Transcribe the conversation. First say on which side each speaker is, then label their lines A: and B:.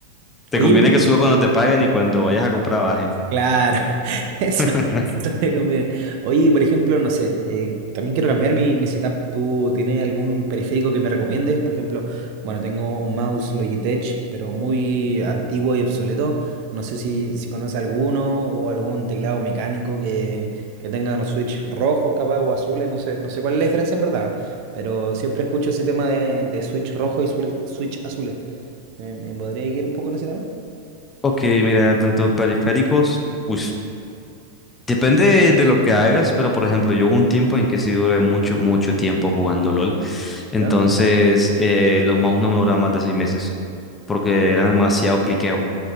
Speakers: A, on the left; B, on the right.
A: Te
B: Oye,
A: conviene que suba cuando te paguen y cuando vayas a comprar baje.
B: Claro, <laughs> eso,
A: <laughs>
B: eso me conviene. Oye, por ejemplo, no sé, eh, también quiero cambiar mi, mi setup. ¿Tú tienes algún periférico que me recomiendes? Por ejemplo, bueno, tengo un mouse Logitech, pero muy antiguo y obsoleto. No sé si, si conoces alguno o algún teclado mecánico que, que tenga unos switch rojos capaz o azules. No sé, no sé cuál es la diferencia en verdad, pero siempre escucho ese tema de, de switch rojo y sule- switch azules. ¿Me, me podría guiar un poco en ese tema?
A: Ok, mira, tanto periféricos, pues depende de lo que hagas, pero por ejemplo, yo hubo un tiempo en que sí duré mucho, mucho tiempo jugando LOL. Entonces,
B: ¿Ya?
A: eh, los mouse no me duraban más de seis meses porque era demasiado cliqueo.